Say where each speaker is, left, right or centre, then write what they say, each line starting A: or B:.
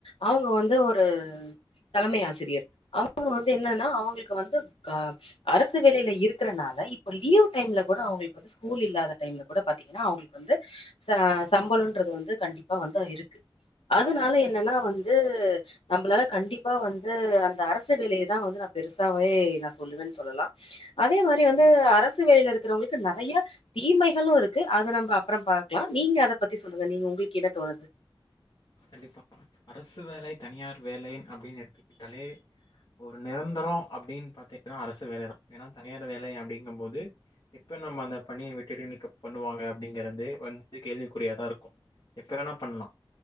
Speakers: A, on the left (about 90°); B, on the left (about 50°).
A: அவங்க வந்து ஒரு தலைமை ஆசிரியர் அவங்க வந்து என்னன்னா அவங்களுக்கு வந்து ஹ அரசு வேலையில இருக்கறனால இப்ப லீவ் டைம்ல கூட அவங்களுக்கு வந்து ஸ்கூல் இல்லாத டைம்ல கூட பாத்தீங்கன்னா அவங்களுக்கு வந்து ச சம்பளம்ன்றது வந்து கண்டிப்பா வந்து இருக்கு அதுனால என்னன்னா வந்து நம்மளால கண்டிப்பா வந்து அந்த அரசு வேலையதா வந்து நா பெருசாவே நா சொல்லுவன்னு சொல்லலா அதே மாரி வந்து அரசு வேலையில இருக்கிறவங்களுக்கு நெறயா தீமைகளு இருக்கு அத நம்ப அப்புறம் பாக்கலா நீங்க அத பத்தி சொல்லுங்க நீங்க உங்களுக்கு என்ன தோணுது
B: கண்டிப்பா அரசு வேலை தனியார் வேலை அப்படின்னு எடுத்துக்கிட்டாலே ஒரு நிரந்தரம் அப்படின்னு பாத்தீங்கன்னா அரசு வேலைதா ஏன்னா தனியார் வேலை அப்படிங்கும் போது எப்ப நம்ம அந்த பணிய விட்டு இடை நீக்கம் பண்ணுவாங்க அப்படிங்கறது வந்து கேள்விக்குறியாதா இருக்கு எப்ப வேணா பண்லா